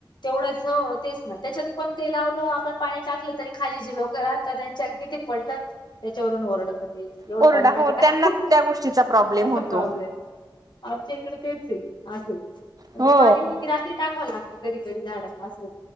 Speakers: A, on the left; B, on the right.
A: तेवढंच हो तेच ना त्याच्यात पण ते लावलं आपण पाणी टाकलं तरी खाली जी लोकर आहता त्यांच्या तिथे पडल त्याच्यावरून ओरडत ते एवढं
B: कोरडा
A: पाणी नका
B: हो त्यांना
A: टाकू
B: त्या गोष्टीचा प्रॉब्लेम
A: असा
B: होतो
A: प्रॉब्लेम. आमच्या इकडे तेच आहे असं आहे म्हणजे
B: हो
A: पाणी रात्री टाकावं लागत. कधी कधी झाडत अस हो